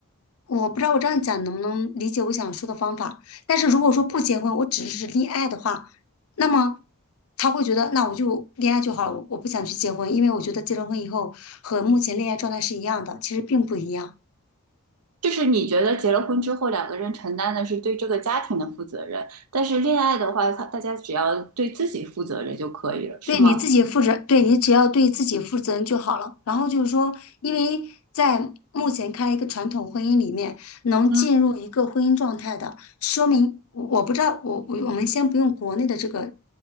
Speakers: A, on the left; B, on the right.
A: 我不知道我这样讲能不能理解我想说的方法，但是如果说不结婚，我只是恋爱的话，那么他会觉得，那我就恋爱就好了，我我不想去结婚，因为我觉得结了婚以后和目前恋爱状态是一样的，其实并不一样。
B: 就是你觉得结了婚之后两个人承担的是对这个家庭的负责任，但是恋爱的话，他大家只要对自己负责任就可以了，是吗？
A: 对你自己负责，对你只要对自己负责任就好了。然后就是说，因为在目前看来，一个传统婚姻里面，能进入一个婚姻状态的，
B: 嗯
A: 说明我我不知道，我我我们先不用国内的这个